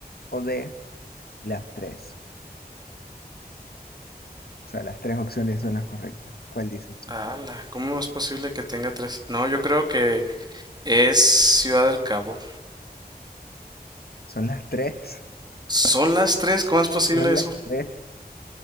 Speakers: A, on the left; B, on the right.
A: O D. Las tres. O sea, las tres opciones son las correctas. ¿Cuál dices tú?
B: Ala, ¿cómo es posible que tenga tres? No, yo creo que es Ciudad del Cabo.
A: ¿Son las tres?
B: ¿Son las tres? ¿Cómo es
A: <laughs>
B: posible
A: ¿Son
B: eso?
A: las tres?